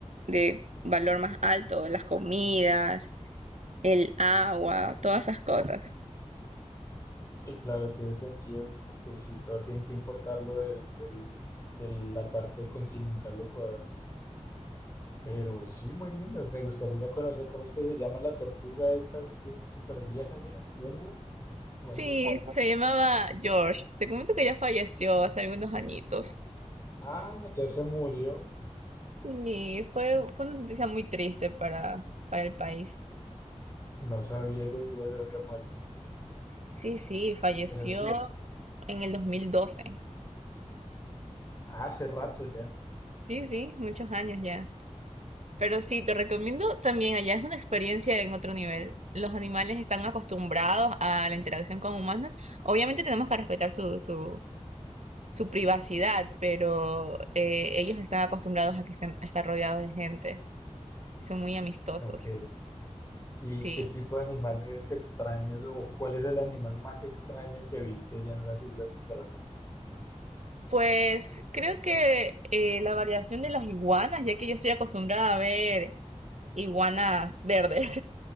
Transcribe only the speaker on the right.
de valor más alto, las comidas, el agua, todas esas cosas.
Sí,
se llamaba George. Te comento que ya falleció hace algunos añitos.
Sí, fue, fue una noticia muy triste para, para el país.
Sí, sí, falleció
en el 2012.
Sí, sí, muchos años ya. Pero sí, te recomiendo también allá es una experiencia en otro nivel. Los animales están acostumbrados a la interacción con humanos. Obviamente tenemos que respetar su, su, su privacidad, pero eh, ellos están acostumbrados a que estén, a estar rodeados de gente. Son muy amistosos.
Sí.
Pues creo que eh, la variación de las iguanas, ya que yo estoy acostumbrada a ver iguanas verdes.